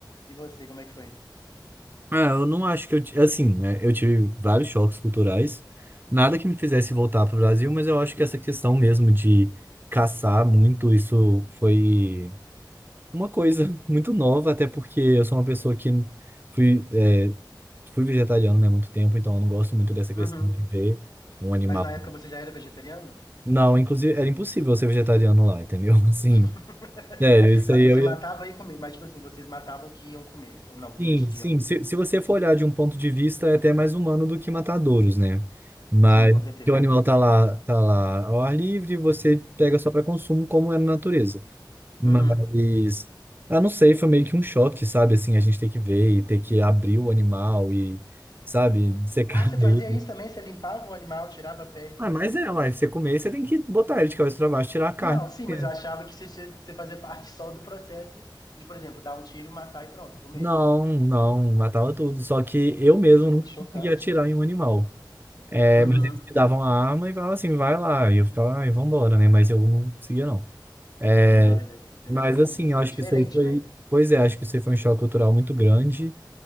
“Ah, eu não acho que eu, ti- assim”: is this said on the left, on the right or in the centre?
Right